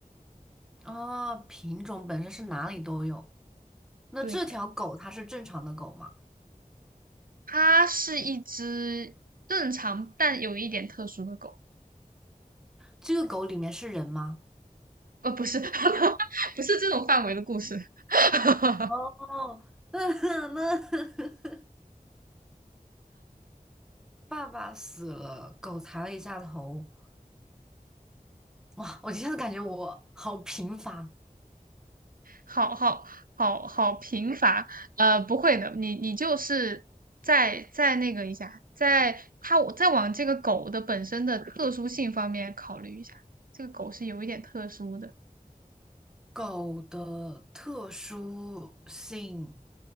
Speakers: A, in the centre; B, on the right.
A: 哦，品种本身是哪里都有。那这条狗它是正常的狗吗？
B: 对的。它是一只正常但有一点特殊的狗，
A: 这个狗里面是人吗？
B: 呃，不是，<laughs> 不是这种范围的故事，<laughs>
A: 哦，<laughs> 那那爸爸死了，狗抬了一下头。哇，我现在感觉我好贫乏。
B: 好好好好贫乏，呃，不会的，你你就是再再那个一下，在它再往这个狗的本身的特殊性方面考虑一下，这个狗是有一点特殊的，
A: 狗的特殊性